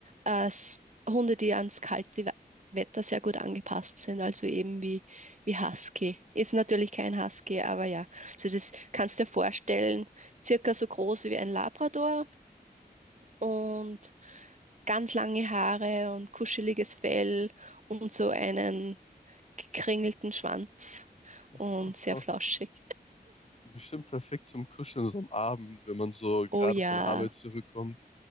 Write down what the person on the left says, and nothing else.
<laughs>
Bestimmt perfekt zum Kuscheln so am Abend, wenn man so gerade
von der Arbeit zurückkommt.